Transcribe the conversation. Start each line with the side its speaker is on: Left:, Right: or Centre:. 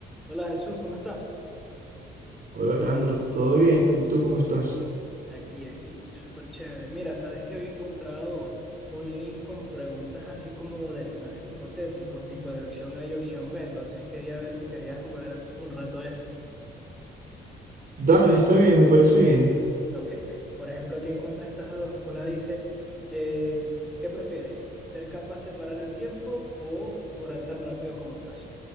Centre: Hola Jesús, ¿cómo estás?
Right: Hola Leandro, ¿todo bien? ¿Y tú cómo estás?
Centre: Aquí, aquí, súper chévere. Mira, sabes que había encontrado un link con preguntas así como de escenarios hipotéticos, tipo de opción A y opción B, entonces quería ver si querías jugar un rato a eso.
Right: Dale, está bien, me parece bien.
Centre: Ok, ve. Por ejemplo, aquí encontré estas dos. Una dice, eh, ¿qué prefieres? ¿Ser capaz de parar el tiempo o correr tan rápido como Flash?